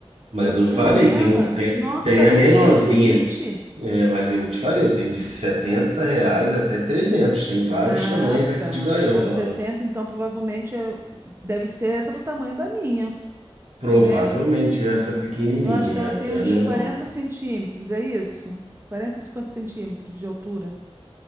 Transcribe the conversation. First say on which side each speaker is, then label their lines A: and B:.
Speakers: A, on the right; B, on the right.
A: Mas
B: Eu fui
A: eu falei,
B: nela,
A: tem, um- tem,
B: nossa,
A: tem
B: tá duzentos
A: a menorzinha.
B: e vinte.
A: É, mas eu te falei, eu tenho de 70 reais até trezentos Tem vários
B: Ah,
A: tamanhos aqui
B: tá.
A: de gaiola.
B: A setenta então, provavelmente é- deve ser essa do tamanho da minha,
A: Provavelmente
B: né?
A: essa pequenininha,
B: Eu acho que
A: é
B: ela tem
A: até
B: uns
A: a menor.
B: 40 centímetros, é isso? quarenta cinquenta centímetros de altura.